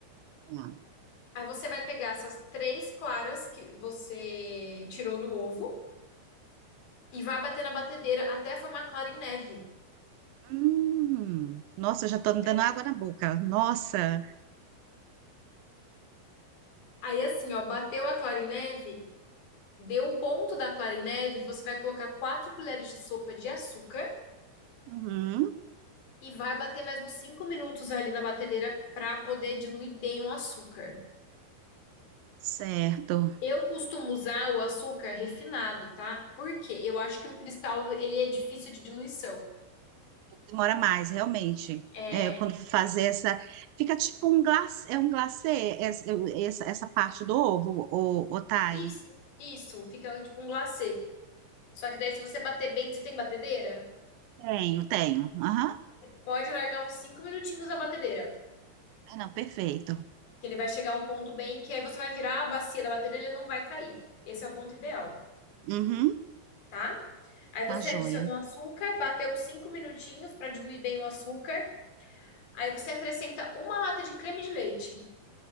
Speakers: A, on the right (about 85°); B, on the left (about 75°).
A: Tá.
B: Aí você vai pegar essas três claras que você tirou do ovo e vai bater na batedeira até formar clara em neve.
A: Hum, nossa, eu já tô me
B: É.
A: dando água na boca. Nossa.
B: Aí assim, ó, bateu a clara em neve, deu o ponto da clara em neve, você vai colocar quatro colheres de sopa de açúcar
A: Uhum.
B: e vai bater mais uns cinco minutos ali na batedeira para poder diluir bem o açúcar.
A: Certo.
B: Eu costumo usar o açúcar refinado, tá? Porque eu acho que o cristal ele é difícil de diluição.
A: Demora mais, realmente.
B: É,
A: É, quando fazer essa. Fica tipo um glacê, é um glacê, essa, essa, essa parte do ovo, o, o Thay.
B: isso, isso, fica tipo um glacê. Só que daí, se você bater bem, você tem batedeira?
A: Tenho, tenho. Aham.
B: Pode largar uns 5 minutinhos na batedeira.
A: Ah, não, perfeito.
B: Que ele vai chegar a um ponto bem que aí você vai virar a bacia da batedeira e ele não vai cair. Esse é o ponto ideal,
A: Uhum,
B: tá? Aí você
A: tá joia.
B: adiciona o açúcar, bateu uns 5 minutinhos para diluir bem o açúcar. Aí você acrescenta uma lata de creme de leite.